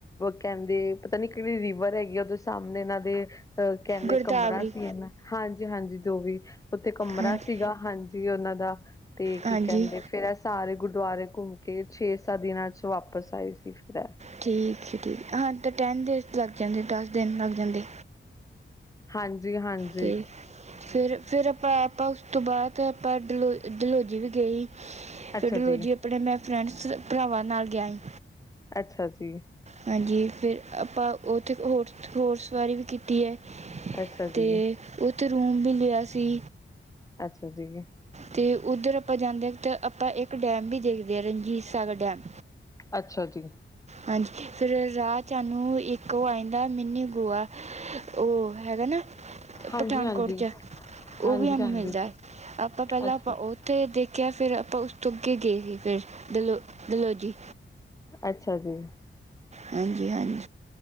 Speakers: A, on the left; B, on the right.
A: ਕਹਿੰਦੇ ਪਤਾ ਨੀ ਕਿਹੜੀ ਰੀਵਰ ਹੈਗੀ ਆ ਉਹਦੇ ਸਾਹਮਣੇ ਇਹਨਾਂ ਦੇ। ਅਹ ਕਹਿੰਦੇ
B: ਗੁਰਦਾਵਰੀ
A: ਕਮਰਾ ਸੀ ਇਹਨਾਂ ਹਾਂਜੀ ਹਾਂਜੀ ਜੋ ਵੀ। ਉੱਥੇ ਕਮਰਾ
B: ਹਾਂਜੀ
A: ਸੀਗਾ ਹਾਂਜੀ ਉਹਨਾਂ ਦਾ ਤੇ
B: ਹਾਂਜੀ
A: ਕੀ। ਕਹਿੰਦੇ ਫੇਰ ਇਹ ਸਾਰੇ ਗੁਰਦੁਆਰੇ ਘੁੰਮ ਕੇ ਛੇ ਸੱਤ ਦਿਨਾਂ 'ਚ ਵਾਪਿਸ ਆਏ ਸੀ ਫਿਰ ਇਹ।
B: ਠੀਕ ਹੈ ਠੀਕ ਹਾਂ ਤਾਂ ਟੈਨ ਡੇਜ਼ ਲੱਗ ਜਾਂਦੇ ਦਸ ਦਿਨ ਲੱਗ ਜਾਂਦੇ।
A: ਹਾਂਜੀ ਹਾਂਜੀ।
B: ਤੇ ਫਿਰ ਫਿਰ ਆਪਾਂ ਆਪਾਂ ਉਸ ਤੋਂ ਬਾਅਦ ਆਪਾਂ ਡਲੋ ਡਲਹੌਜੀ ਵੀ ਗਏ।
A: ਅੱਛਾ
B: ਫਿਰ ਡਲਹੌਜੀ
A: ਜੀ
B: ਆਪਣੇ ਮੈਂ ਫਰੈਂਡ ਭਰਾਵਾਂ ਨਾਲ ਗਿਆ ਸੀ।
A: ਅੱਛਾ ਜੀ।
B: ਹਾਂਜੀ ਫਿਰ ਆਪਾਂ ਉੱਥੇ ਹੋਰ ਹੋਰਸ ਸਵਾਰੀ ਵੀ ਕੀਤੀ ਹੈ।
A: ਅੱਛਾ ਜੀ
B: ਤੇ ਉੱਥੇ ਰੂਮ ਵੀ ਲਿਆ ਸੀ।
A: ਅੱਛਾ ਜੀ
B: ਤੇ ਉੱਧਰ ਆਪਾਂ ਜਾਂਦੇ ਹਾਂ ਤਾਂ ਆਪਾਂ ਇੱਕ ਡੈਮ ਵੀ ਦੇਖਦੇ ਹਾਂ ਰਣਜੀਤ ਸਾਗਰ ਡੈਮ।
A: ਅੱਛਾ ਜੀ।
B: ਹਾਂਜੀ ਫਿਰ ਰਾਹ 'ਚ ਸਾਨੂੰ ਇੱਕ ਉਹ ਆ ਜਾਂਦਾ ਮਿੰਨੀ ਗੋਆ। ਉਹ ਹੈਗਾ ਨਾ
A: ਹਾਂਜੀ
B: ਪਠਾਨਕੋਟ
A: ਹਾਂਜੀ
B: 'ਚ ਉਹ
A: ਹਾਂਜੀ
B: ਵੀ ਸਾਨੂੰ
A: ਹਾਂਜੀ
B: ਮਿਲਦਾ ਹੈ। ਆਪਾਂ ਪਹਿਲਾਂ
A: ਅੱਛਾ
B: ਆਪਾਂ
A: ਅੱਛਾ
B: ਉੱਥੇ ਦੇਖਿਆ ਫਿਰ ਆਪਾਂ ਉਸ ਤੋਂ ਅੱਗੇ ਗਏ ਸੀ ਫਿਰ ਡਲ ਡਲ ਡਲਹੌਜੀ।
A: ਅੱਛਾ ਜੀ।
B: ਹਾਂਜੀ ਹਾਂਜੀ